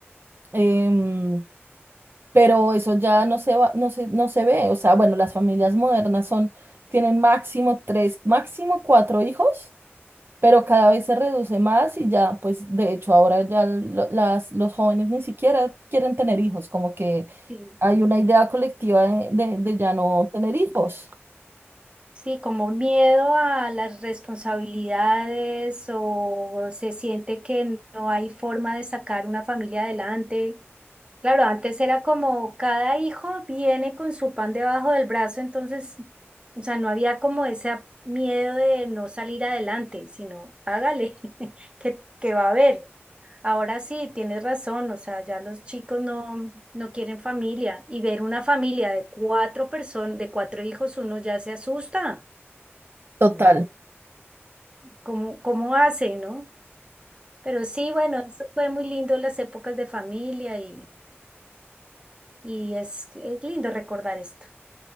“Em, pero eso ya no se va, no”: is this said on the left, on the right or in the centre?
Right